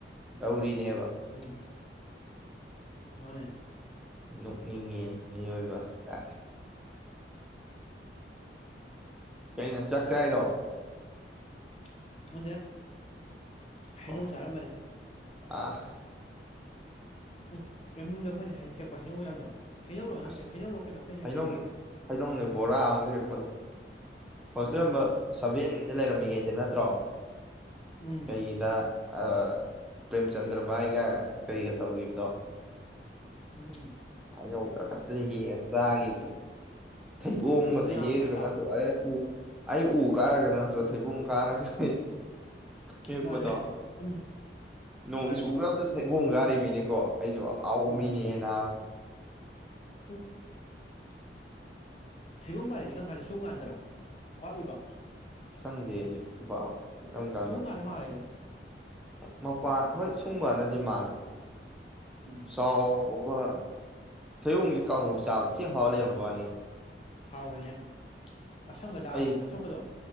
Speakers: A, on the left (about 35°); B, in the centre.
A: ꯎꯝ
B: ꯇꯧꯔꯤꯅꯦꯕ
A: ꯎꯝ ꯃꯥꯅꯦ
B: ꯅꯣꯛꯅꯤꯡꯉꯦ ꯃꯤꯑꯣꯏꯕ ꯇꯥꯏ ꯀꯩꯅꯣ ꯆꯥꯛ ꯆꯥꯏꯔꯣ
A: <unintelligible> ꯍꯩꯅꯧ
B: ꯑꯣ
A: ꯆꯥꯔꯝꯕꯅꯤ꯫
B: ꯑꯥ꯫
A: ꯎꯝ ꯑꯦꯝ ꯌꯨꯗ ꯑꯩꯈꯣꯏꯅ ꯍꯩ ꯍꯦꯛꯄ ꯍꯩꯅꯧ ꯃꯌꯥꯝꯗꯣ ꯍꯩꯅꯧꯔꯣ ꯅꯠꯇꯦ
B: ꯑꯁ
A: ꯍꯩꯅꯧꯔꯣ ꯀꯩꯅꯣ ꯑꯩꯈꯣꯏꯅ ꯍꯦꯛꯄꯗꯣ
B: ꯍꯩꯅꯧꯅꯦ ꯍꯩꯅꯧꯅꯦ ꯕꯣꯔꯥ ꯑꯃ ꯍꯦꯛꯄꯗꯣ꯫ ꯍꯣꯁꯇꯦꯜ
A: ꯎꯝ
B: ꯅꯝꯕꯔ ꯁꯕꯦꯟꯒꯤꯗ ꯂꯩꯔꯝ ꯉꯩꯗ ꯅꯠꯇ꯭ꯔꯣ꯫
A: ꯎꯝ
B: ꯀꯩꯒꯤꯗ ꯑ ꯄꯔꯦꯝꯆꯟꯗ꯭ꯔ ꯕꯥꯏꯒ ꯀꯩꯒ ꯇꯧꯒꯤꯕꯗꯣ꯫
A: ꯎꯝ꯫
B: ꯍꯩꯅꯧ ꯇꯈꯠꯇꯅ ꯍꯦꯛꯑ ꯆꯥꯒꯤꯕꯗꯣ꯫ ꯊꯩꯕꯣꯡꯒꯖꯦ
A: ꯎꯝ ꯖꯥꯝꯒ
B: ꯍꯦꯛꯉꯒ
A: ꯆꯥꯕꯗꯣ
B: <unintelligible> ꯑꯩ ꯎꯨ ꯀꯥꯔꯒ ꯅꯠ ꯇꯣ ꯊꯩꯕꯣꯡ ꯀꯥꯔꯒ ꯀꯩ ꯍꯦꯛꯄꯗꯣ
A: ꯃꯥꯅꯦ ꯎꯝ
B: ꯅꯣꯡ
A: ꯃꯥꯅꯦ
B: ꯆꯨꯒꯔꯕꯗꯨꯗꯩ ꯕꯨꯡꯒꯥꯔꯤ ꯃꯤꯅꯤꯀꯣ꯫ ꯑꯩꯖꯨ ꯑꯉꯥꯎꯕ
A: ꯎꯝ
B: ꯃꯤꯅꯤꯅꯥꯕ꯫
A: <inaudible> ꯊꯩꯕꯣꯡ ꯄꯥꯜ ꯂꯤꯖꯤ ꯀꯔꯝ ꯀꯥꯟꯗꯅꯣ ꯁꯨꯝ ꯀꯥꯟꯗ꯭ꯔꯣ ꯋꯥꯠꯂꯤꯕꯣ꯫
B: ꯈꯪꯗꯦ ꯑꯩꯖꯨ꯫ ꯀꯪꯀꯥꯟꯗ
A: ꯁꯨꯝ ꯀꯥꯟꯗ ꯃꯥꯜꯂꯦꯁꯦ
B: ꯃꯄꯥꯟ ꯍꯣꯏ ꯁꯨꯝꯀꯥꯟ ꯃꯥꯜꯂꯤ꯫
A: ꯎꯝ
B: ꯆꯥꯎ ꯑꯣꯕ ꯊꯩꯕꯣꯡꯖꯤ ꯀꯥꯡꯍꯧ ꯆꯥꯕ ꯊꯤ ꯍꯥꯎ ꯂꯩꯔꯝꯕꯋꯅꯤꯉꯣ꯫
A: ꯍꯥꯎꯕꯅꯦ꯫ ꯑꯁꯪꯕ ꯆꯥꯒꯗꯕꯅꯦ
B: ꯑꯩ
A: ꯑꯁꯪꯕꯗꯣ